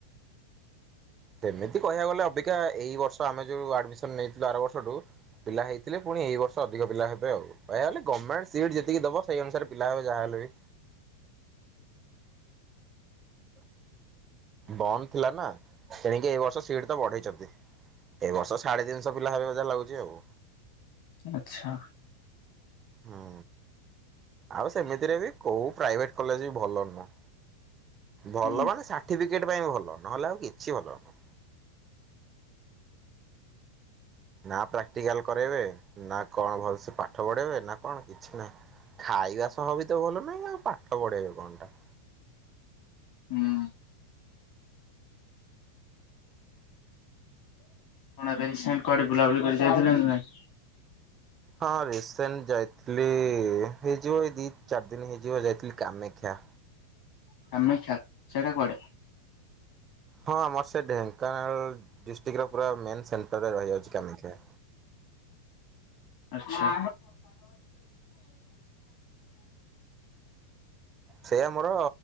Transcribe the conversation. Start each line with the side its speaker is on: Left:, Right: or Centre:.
Right: ସେମିତି କହିବାକୁ ଗଲେ ଅବିକା ଏଇ ବର୍ଷ ଆମେ ଯୋଉ ଆଡମିସନ ନେଇଥିଲୁ ଆର ବର୍ଷଠୁ ପିଲା ହେଇଥିଲେ ପୁଣି ଏଇ ବର୍ଷ ଅଧିକ ପିଲା ହେବେ ଆଉ କହିବାକୁ ଗଲେ ଗମେନ୍ଟ ସିଟ୍ ଯେତିକି ଦବ ସେଇ ଅନୁସାରେ ପିଲା ହବେ ଯାହା ହେଲେ ବି। ବନ୍ଦ ଥିଲା ନା ଏଣିକି ଏଇ ବର୍ଷ ସିଟ୍ ତ ବଢେଇଛନ୍ତି। ଏଇ ବର୍ଷ ସାଢେ ତିିନିଶହ ପିଲା ହେବେ ମତେ ଯାହା ଲାଗୁଛି ଆଉ।
Left: ଆଛା।
Right: ହୁଁ ଆଉ ସେମିତିରେ ବି କୋଉ ପ୍ରାଇଭେଟ୍ କଲେଜ୍ ବି ଭଲ ନୁହଁ। ଭଲ
Left: ହୁଁ
Right: ମାନେ ସାର୍ଟିଫିକେଟ ପାଇଁ ଭଲ ନହେଲେ ଆଉ କିଛି ଭଲ ନୁହଁ। ନା ପ୍ରାକ୍ଟିକାଲ କରେଇବେ ନା କଣ ଭଲସେ ପାଠ ପଢେଇବେ ନା କଣ କିଛି ନାହିଁ। ଖାଇବା ସହବି ତ ଭଲ ନାହିଁ ଆଉ ପାଠ ପଢେଇବେ କଣ ଟା।
Left: ହୁଁ। ଏବେ ରିସେଣ୍ଟ କୁଆଡେ ବୁଲାବୁଲି କରି ଯାଇଥିଲ ନା ନାଇଁ?
Right: ହଁ ରିସେଣ୍ଟ ଯାଇଥିଲି ହେଇଯିବ ଏଇ ଦି ଚାରି ଦିନ ହେଇଯିବ ଯାଇଥିଲି କାମାକ୍ଷା।
Left: କାମାକ୍ଷା ସେଟା କୁଆଡେ?
Right: ହଁ ଆମର ସେ ଢେଙ୍କାନାଳ ଡିଷ୍ଟ୍ରିକ୍ଟର ପୁରା ମେନ୍ ସେଣ୍ଟରରେ ରହିଯାଉଛି କାମାକ୍ଷା।
Left: ଆଚ୍ଛା।
Right: ସେ ଆମର